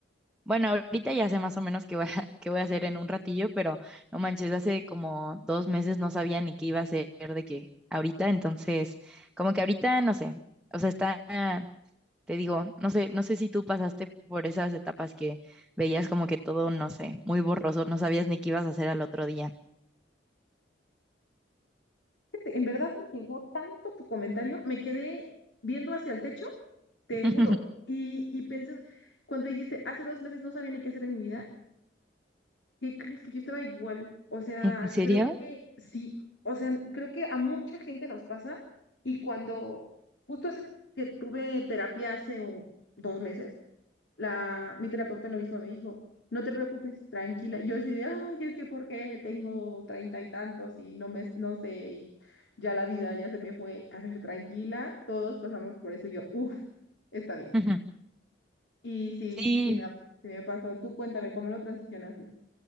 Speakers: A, in the centre; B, on the left.
A: Bueno, ahorita ya sé más o menos qué voy a, <laughs> qué voy a hacer en un ratillo, pero no manches, hace como dos meses no sabía ni qué iba a hacer de qué ahorita, entonces, como que ahorita no sé, o sea, está, te digo, no sé, no sé si tú pasaste por esas etapas que veías como que todo, no sé, muy borroso, no sabías ni qué ibas a hacer al otro día.
B: En verdad me llegó tanto tu comentario, me quedé viendo hacia el techo, te
A: <laughs>
B: juro, y, y pensé, cuando dijiste, hace dos meses no sabía ni qué hacer en mi vida, ¿qué crees que yo estaba igual? O sea,
A: ¿En serio?
B: creo que sí, o sea, creo que a mucha gente nos pasa y cuando justo hace que tuve terapia hace un- dos meses, la, mi terapeuta lo mismo me dijo, no te preocupes, tranquila. Y yo así de, ay, es que por qué tengo treinta y tantos y no me, no sé, y ya la vida ya se me fue. A ver, tranquila, todos pasamos por eso. Y Yo, uff, está bien.
A: <laughs>
B: Y sí,
A: Sí,
B: sí me, ha- sí me pasó. Tú cuéntame, ¿cómo lo transicionaste?